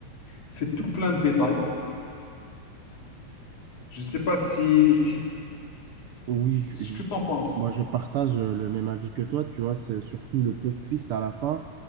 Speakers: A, on the left; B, on the right.
A: C'est tout plein de détails. Je sais pas si, si,
B: Oui,
A: ce
B: je- je-
A: que t'en penses.
B: moi je partage euh, le même avis que toi, tu vois, c'est surtout le plot twist à la fin.